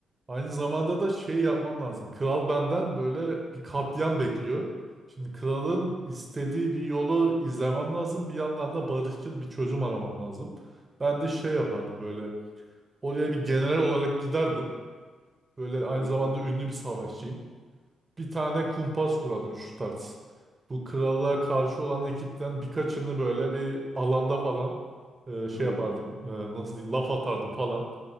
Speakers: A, on the right; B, on the left.
A: Aynı zamanda da şey yapmam lazım. Kral benden böyle bir katliam bekliyor. Şimdi kralın istediği bir yolu izlemem lazım. Bir yandan da barışçıl bir çözüm aramam lazım. Ben de şey yapardım böyle. Oraya bir general olarak giderdim. Böyle aynı
B: Hı
A: zamanda
B: hı.
A: ünlü bir savaşçıyım. Bir tane kumpas kurardım şu tarz. Bu krala karşı olan ekipten birkaçını böyle bir alanda falan e, şey
B: Hmm.
A: yapardım. E, nasıl diyeyim laf atardım falan.